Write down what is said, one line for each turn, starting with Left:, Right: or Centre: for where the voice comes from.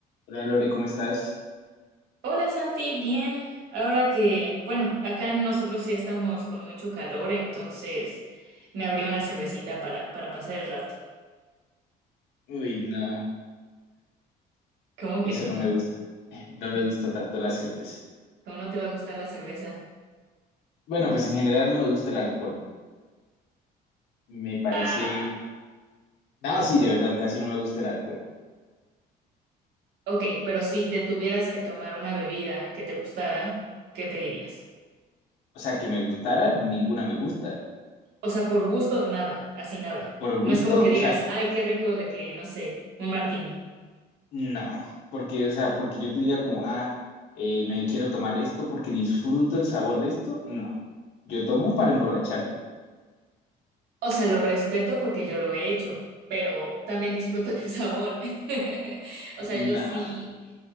Left: Hola Lore, ¿cómo estás?
Right: Hola Santi, bien. Ahora que, bueno, acá nosotros sí estamos con mucho calor, entonces me abrí una cervecita para, para pasar el rato.
Left: Uy, no,
Right: ¿Cómo
Left: eso
Right: que no?
Left: no me gusta. <laughs> No me
Right: Mm,
Left: gusta tanto la cerveza.
Right: ¿Cómo no te va a gustar la cerveza?
Left: Bueno, pues en general no me gusta el alcohol. Me parece...
Right: Ah,
Left: No, sí, de verdad, casi no me gusta el alcohol.
Right: ok, pero si te tuvieras que tomar una bebida que te gustara, ¿qué pedirías?
Left: O sea, que me gustara, ninguna me gusta.
Right: O sea, por gusto, nada, así nada.
Left: Por gusto,
Right: No es como que
Left: o
Right: digas,
Left: sea,
Right: ay, qué rico de que, no sé, un martini.
Left: no. Porque, o sea, porque yo te diga como, ah, eh, me quiero tomar esto porque disfruto el sabor de esto, no. Yo tomo para emborracharme.
Right: O sea, lo respeto porque yo lo he hecho, pero también disfruto el <laughs> sabor. <laughs> O
Left: No.
Right: sea, yo sí